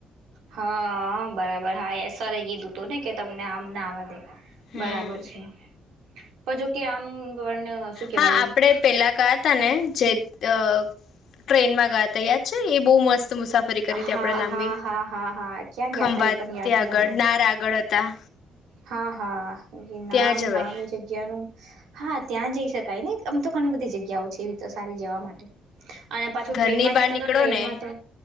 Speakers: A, on the right (about 80°); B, on the left (about 65°).
A: હા આહ બરાબર હા એસ આર એ કીધું થું ને કે તમને આમ ના આવા દે.
B: હમ
A: બરાબર છે. પર જો કે આમ પણ શું કેવાય
B: હા, આપડે પેલા ગયા થા ને જે અહ ટ્રેનમાં ગા ત યાર છે એ બહુ મસ્ત. મુસાફરી કરી હતી
A: હા
B: આપણેે લાંબી
A: હા હા હા હા ક્યાં
B: ખંભાતી
A: ગયા તા એ પણ યાદ નહી
B: આગળ
A: આવતું
B: નાર આગળ હતા.
A: હા, હા એ નામ
B: ત્યાં જવાય
A: નામ એ જગ્યાનું. હા, ત્યાં જઈ શકાય ને આમ તો ઘણી બધી જગ્યાઓ છે એવી તો સારી જવા માટે. અને પાછું
B: ઘરની
A: ટ્રેનમાં
B: બહાર
A: ગયા ત
B: નીકળો
A: તો ટ્રેનમાં
B: ને
A: તો